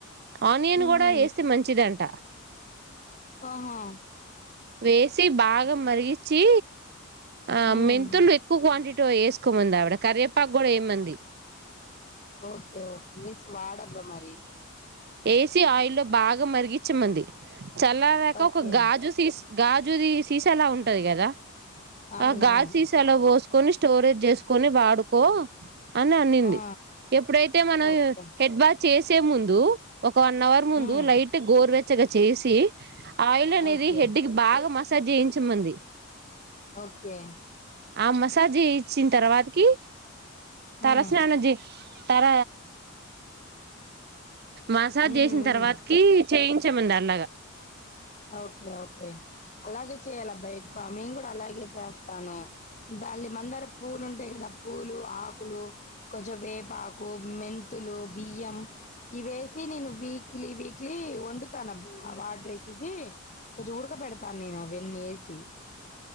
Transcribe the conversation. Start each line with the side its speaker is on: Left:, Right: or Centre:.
Right: ఆనియన్
Left: ఉహు
Right: కూడా వేస్తే మంచిద అంట
Left: ఆహా
Right: వేసి బాగా మరిగించి ఆ
Left: ఉమ్
Right: మెంతులు ఎక్కువ క్వాంటిటీ వేసుకోమంది ఆవిడ కరవేపాకు కూడా ఏమంది
Left: ఓకేఓకే నిస్ వాడబ్బ మరి
Right: ఏసీ ఆయి లో బాగా మరిగించమంది చల దకా
Left: ఓకే
Right: ఒక గాజు సస్ గాజురి సీసలా ఉంటది కదా
Left: అవునవును
Right: ఆ గాజ సీసలో పోసు కొని స్టోరేజ్ చేసుకొని వాడుకో అని అన్నింది
Left: ఆ
Right: ఎప్పుడైతే మనం
Left: ఓకే
Right: హెడ్ బాత్ చేసే ముందు ఒక వన్ అవర్ ముందు
Left: ఉమ్
Right: లైట్ గోర్ వచ్చ వెచ్చగా చేసి ఆయిల్ అనేది
Left: ఓకే
Right: హెడ్ మీ బాగా మసాజ్ చేయించమంది
Left: ఓకే
Right: ఆ మసాజ్ ఇచ్చిన తర్వాతకి తల
Left: ఉమ్
Right: స్నానం చేయి తర మసాజ్
Left: ఉమ్
Right: చేసిన
Left: ఉమ్
Right: తర్వాతకి చేయి ఇచ్చేమందు దాని లాగా
Left: ఓకే ఓకే అలాగే చేయాల అబ్బాయి ఎక్కువ మేము కూడా అలాగే చేస్తాను దాన్ని మందర పూలు ఉంటాయి కదా పూలు ఆకులు కొంచెం వేపాకు మెంతులు బియ్యం ఇవేసి నేను వీక్లీ వీక్లీ వండుతాను అబ్బా వాటర్ వేసి కొంచెం ఉడక పెడతాను నేను అవన్నీ వేసి